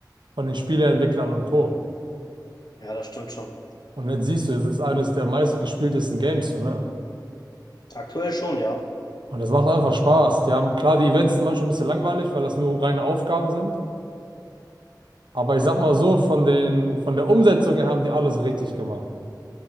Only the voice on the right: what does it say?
von den Spieleentwicklern und Co.
Und jetzt siehst du, es ist eines der meistgespieltesten Games, so, ne?
Und das macht einfach Spaß. Die haben, klar, die Events sind manchmal ein bisschen langweilig, weil das nur reine Aufgaben sind. Aber ich sag mal so, von den, von der Umsetzung her haben die alles richtig gemacht.